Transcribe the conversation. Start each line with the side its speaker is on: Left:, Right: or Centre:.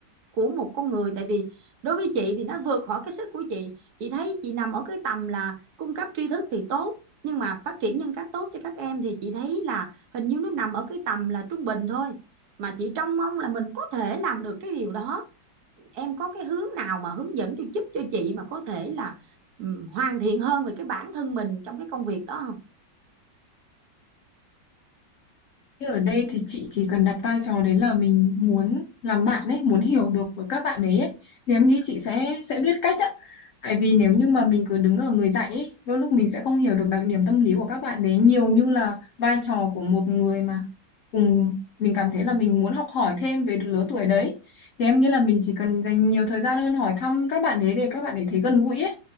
Right: của một con người tại vì đối với chị thì nó vượt khỏi cái sức của chị. Chị thấy chị nằm ở cái tầm là cung cấp tri thức thì tốt, nhưng mà phát triển nhân cách tốt cho các em thì chị thấy là hình như nó nằm ở cái tầm là trung bình thôi mà chị trông mong là mình có thể làm được cái điều đó em có cái hướng nào mà hướng dẫn cho giúp cho chị mà có thể là ừm, hoàn thiện hơn về cái bản thân mình trong cái công việc đó không
Left: Thế ở đây thì chị chỉ cần đặt vai trò đấy là mình muốn làm bạn ấy, muốn hiểu được với các bạn ấy, ấy. Thì em nghĩ chị sẽ sẽ biết cách á. Tại vì nếu như mà mình cứ đứng ở người dạy ấy, đôi lúc mình sẽ không hiểu được đặc điểm tâm lý của các bạn đấy nhiều như là vai trò của một người mà cùng mình cảm thấy là mình muốn học hỏi thêm về lứa tuổi đấy. Thì em nghĩ là mình chỉ cần dành nhiều thời gian hơn hỏi thăm các bạn ấy để các bạn ấy thấy gần gũi ấy.